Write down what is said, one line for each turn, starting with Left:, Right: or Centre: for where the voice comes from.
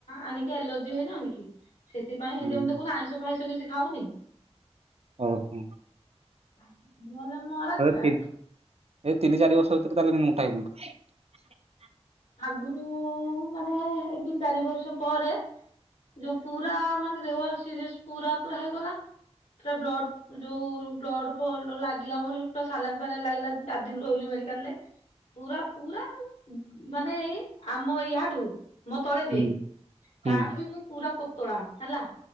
Left: ଆଣିକି ଆଲର୍ଜି ହେଇଯାଉନି କି ସେଥିପାଇଁ
Right: ହୁଁ।
Left: ଏଇ ଯେମିତି ଦେଖୁନ ଆଇଁଷ ଫାଇଁ ଷ କିଛି ଖାଉନି।
Right: ଓହୋ।
Left: <unintelligible> <inaudible> ଆରାମସେ
Right: <unintelligible> ତିନ୍ ଏ ତିନି ଚାରି ଦର୍ଷ ଭିତରେ ତାହେଲେ ମୁଁ ମୋଟା ହେଇଗଲି <unintelligible>
Left: ଆଗରୁ ମାନେ ଏଇ ତିନି ଚାରି ବର୍ଷ ପରେ ଯୋଉ ପୁରା ମାନେ ଦେହ ସିରିଏସ୍ ପୁରା ପୁରା ହେଇଗଲା। ପୁରା ବ୍ଲଡ ଯୋଉ ବ୍ଲଡ ପ୍ଲଡ ଲାଗିଲା ମୋର ପୁରା ସଲାଇନ ଫାଲାଇନ ଲାଗିଲା ଚାରି ଦିନ ରହିଲି ମେଡିକାଲରେ। ପୁରା ପୁରା ମାନେ ଏଇ ଆମ ୟାଠୁ ମୋ ତଳେ ଯିଏ
Right: ହୁଁ ହୁଁ।
Left: ତାଠୁ ବି ମୁଁ ପୁରା ପ ତଳା ହେଲା